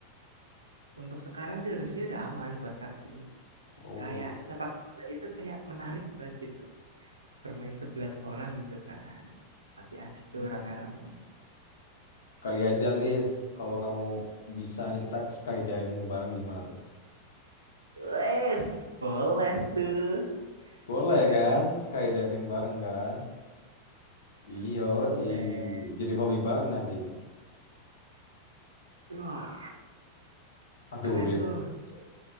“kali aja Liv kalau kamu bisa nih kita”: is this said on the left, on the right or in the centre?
Left